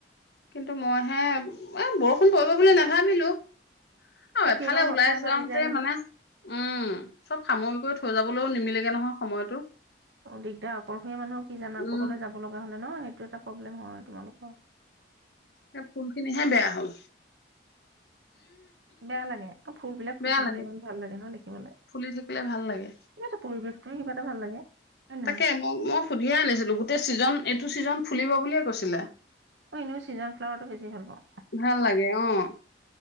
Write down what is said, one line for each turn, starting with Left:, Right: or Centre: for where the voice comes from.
Left: কিন্তু মইহে, এ বৰষু ফোন কৰিব বুলি নাভাবিলোঁ। আৰু
Right: কেতিয়াবা
Left: এফালে ওলাই
Right: হঠাৎ
Left: যোৱাওঁতে
Right: আহি যায় নহয়
Left: মানে, উম চব সামৰি কৰি থৈ যাবলৈও নিমিলেগে নহয় সময়টো।
Right: অ দিগদাৰ। অকলশৰীয়া মানুহৰ কি জানা,
Left: উম
Right: কবালৈ যাব লগা হলে ন এইটো এটা প্ৰব্লেম হয় তোমালোকৰ।
Left: এ ফুলখিনি হে বেয়া হ'ল।
Right: বেয়া লাগে। ফুলবিলাক ফুলি
Left: বেয়া
Right: থাকিলে
Left: লাগে
Right: ইমান ভাল লাগে ন দেখিবলৈ,
Left: ফুলি থাকিলে ভাল লাগে
Right: কিবা এটা পৰিৱেশ এনেই কিবা এটা ভাল লাগে। হয় নহয়
Left: তাকে মই মই সুধিয়ে আনিছিলোঁ, গোটেই ছিজন এইটো ছিজন ফুলিব বুলিয়ে কৈছিলে।
Right: অ', এনেও ছিজন ফ্লাৱাৰটো বেছি ভাল পাওঁ।
Left: ভাল লাগে, অ'।